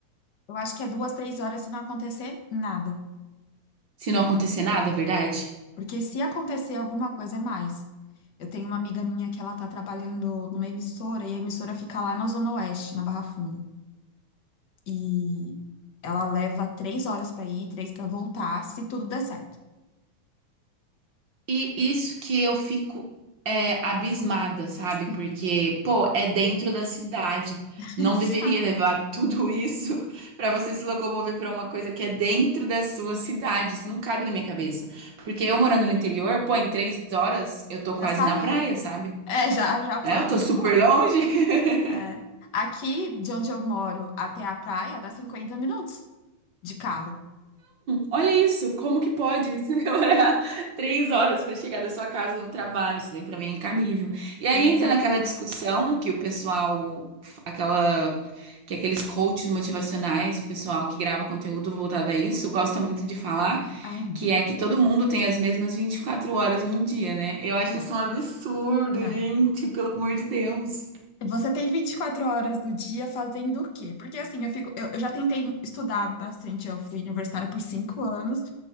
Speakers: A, on the left (about 55°); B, on the right (about 60°).
A: Eu acho que é duas, três horas se não acontecer nada.
B: Se não acontecer
A: Por-
B: nada, é verdade?
A: porque se acontecer alguma coisa é mais. Eu tenho uma amiga minha que ela tá trabalhando numa emissora e a emissora fica lá na Zona Oeste, na Barra Funda. E ela leva três horas pra ir, três pra voltar, se tudo der certo.
B: E isso que eu fico é, abismada, sabe?
A: Sim.
B: Porque, pô, é dentro da cidade.
A: <laughs>
B: Não
A: Exato.
B: deveria levar tudo isso <laughs> pra você se locomover pra uma coisa que é dentro da sua cidade. Isso não cabe na minha cabeça. Porque
A: Exato.
B: eu morando no interior, pô, em três horas eu tô
A: Já
B: quase
A: saiu.
B: na praia, sabe?
A: É, já, já
B: É,
A: foi,
B: eu
A: já
B: tô
A: foi
B: super
A: embora.
B: longe. <laughs>
A: É. Aqui, de onde eu moro até a praia, dá 50 minutos de carro.
B: Olha isso, como que pode se <laughs> demorar três horas para chegar da sua casa no trabalho? Isso daí para mim é incabível. E aí
A: Exato.
B: entra naquela discussão que o pessoal, aquela, que aqueles coaches motivacionais, o pessoal que grava conteúdo voltado a isso, gosta muito de falar,
A: Ai, não,
B: que é que todo mundo tem as mesmas 24 horas num dia, né? Eu acho
A: não.
B: isso um absurdo,
A: não.
B: gente, pelo amor de Deus.
A: Você tem 24 horas do dia fazendo o quê? Porque assim, eu fico, eu, eu já tentei estudar bastante, eu fui universitária por cinco anos,